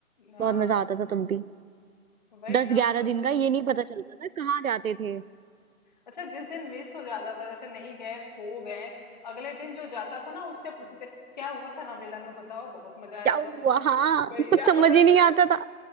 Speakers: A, on the left (about 30°); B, on the right (about 65°).
A: हाँ
B: बहुत मजा आता था तब भी
A: वही
B: दस
A: ना
B: ग्यारह
A: वो
B: दिन का ये नहीं पता चलता था कहाँ जाते थे
A: अच्छा जिस दिन मिस हो जाता था जैसे नहीं गए सो गए अगले दिन जो जाता था ना उससे पूछते थे क्या हुआ था रामलीला में बताओ बहुत मजा आया
B: क्या
A: होगा
B: हुआ
A: मैं तो
B: हाँ
A: सो गई
B: कुछ
A: यार
B: समझ ही नहीं आता था